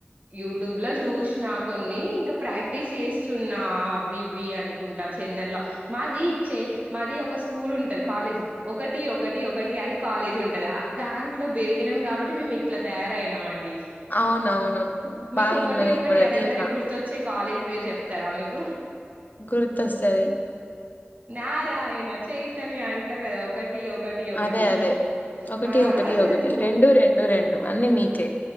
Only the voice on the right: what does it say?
యూట్ ట్యూబ్ లో చూసిన కొన్ని ఇంకా ప్రాక్టీస్ సున్నా ఆవి ఇవి అన్ కుంట చెందన్ లో మాది ఇచ్చే మాది ఒక స్కూల్ ఉంటది కాలేజ్ ఒకటి ఒకటి ఒకటి కానీ కాలేజ్ ఉంటంది దాంట్లో పెరిగినం కాబట్టి మేము ఇట్లా తయారయినాం మండి
మీకు
ఒకటి
ఒకటి
అనగానే
గుర్తొచ్చే కాలేజ పేరు చెప్తారా మీకు
నారాయణ చైతన్య అంటారు కదా ఒకటి ఒకటి ఒకటి
ఆ
అసలు